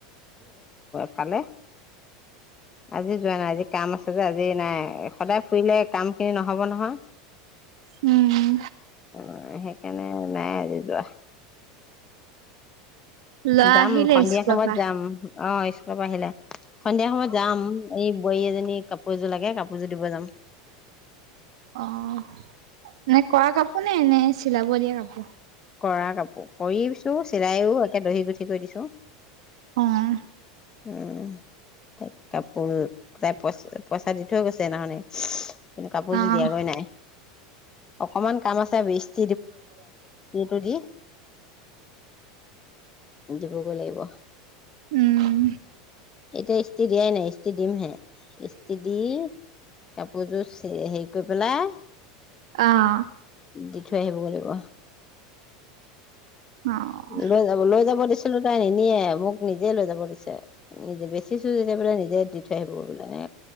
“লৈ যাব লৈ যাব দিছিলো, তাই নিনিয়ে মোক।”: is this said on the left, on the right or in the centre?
Left